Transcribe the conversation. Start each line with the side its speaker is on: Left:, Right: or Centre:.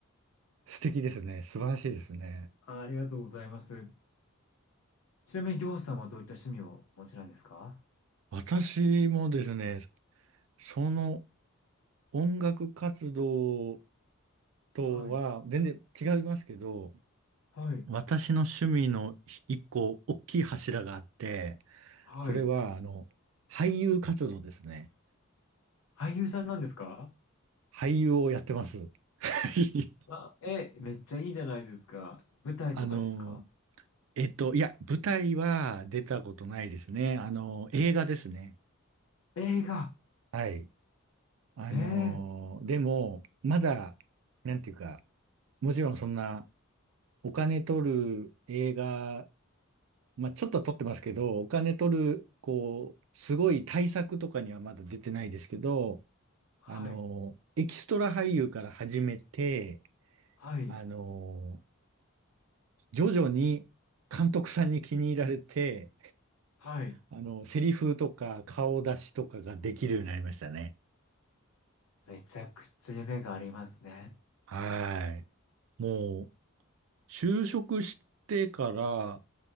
Right: 素敵ですね。素晴らしいですね。
Left: あ、ありがとうございます。ちなみに、りょうさんはどういった趣味をお持ちなんですか
Right: 私もですね、その音楽活動とは、
Left: はい。
Right: 全然違いますけど、
Left: はい。
Right: 私の趣味の一個大きい柱があって、
Left: はい。
Right: それは、あの、俳優活動ですね。
Left: 俳優さんなんですか
Right: 俳優をやってます。<laughs>
Left: あ、え、めっちゃいいじゃないですか。舞台とかですか
Right: あの、えっと、いや、舞台は出たことないですね。あの、映画ですね。
Left: 映画。
Right: はい。あの、
Left: ええ。
Right: でも、まだ、なんていうか、もちろんそんな、お金取る映画まあ、ちょっとは取ってますけど、お金取る、こう、すごい対策とかにはまだ出てないですけど、
Left: はい。
Right: あの、エキストラ俳優から始めて、
Left: はい。
Right: あの、徐々に監督さんに気に入られて、
Left: はい。
Right: あの、セリフとか顔出しとかができるようになりましたね。
Left: めちゃくちゃ夢がありますね。
Right: はい。もう、就職してから、